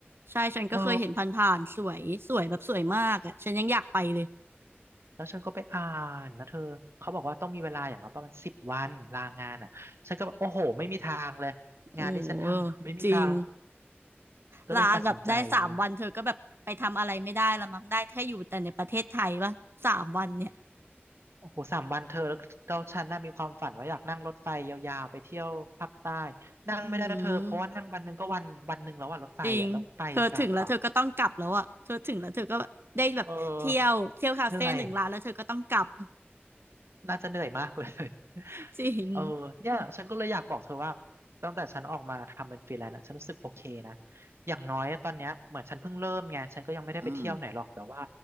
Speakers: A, on the right; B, on the right.
A: ใช่ฉันก็เคยเห็นผ่านๆสวยสวยแบบสวยมากอ่ะฉันยังอยากไปเลย
B: เออแล้วฉันก็ไปอ่านนะเธอเขาบอกว่าต้องมีเวลาอย่างน้อยประมาณสิบวันลางานอ่ะฉันก็แบบโอ้โหไม่มีทางเลยงานที่ฉันทำ
A: โอ้โห
B: <laughs> ไม่มีทาง
A: จริง
B: ก็เลยตัดสินใจละ
A: ลาแบบได้สามวันเธอก็แบบไปทำอะไรไม่ได้ละมั้งได้แค่อยู่แต่ในประเทศไทยปะสามวันเนี่ย
B: โอ้โหสามวันเธอแล้วเราฉันน่ะมีความฝันว่าอยากนั่งรถไฟยาวๆไปเที่ยวภาคใต้นั่งไม่ได้นะเธอเพราะว่านั่งวันหนึ่งก็วันวันหนึ่งแล้วอ่ะรถไฟอ่ะแล้วไปกลับอ่ะ
A: อืมจริงเธอถึงแล้วเธอก็ต้องกลับแล้วอ่ะเธอถึงแล้วเธอก็ได้แบบเที่ยวเที่ยวคาเฟ่หนึ่งร้านแล้วเธอก็ต้องกลับ
B: เออเหนื่อย น่าจะเหนื่อยมากเลย
A: <laughs>
B: <laughs>
A: จริง
B: เออเนี่ยฉันก็เลยอยากบอกเธอว่าตั้งแต่ฉันออกมาทำเป็นฟรีแลนซ์อะฉันรู้สึกโอเคนะอย่างน้อยตอนเนี้ยเหมือนฉันเพิ่งเริ่มไงฉันก็ยังไม่ได้ไปเที่ยวไหนหรอกแต่ว่า
A: อืม